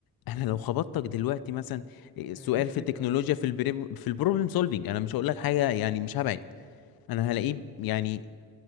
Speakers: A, on the left; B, in the centre.
A: <laughs> انا لو خبطتك دلوقتي مثلا سؤال
B: هي دي الفكرة
A: في التكنولوجيا
B: والله
A: في البريم في البروبلم سولفينج انا مش هقول لك حاجه يعني مش هبعد انا هلاقيه يعني